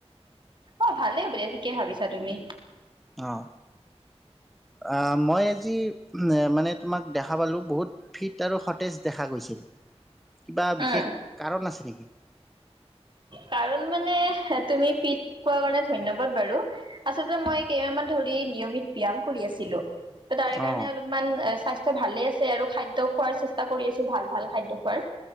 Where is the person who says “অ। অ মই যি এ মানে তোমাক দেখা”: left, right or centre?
Centre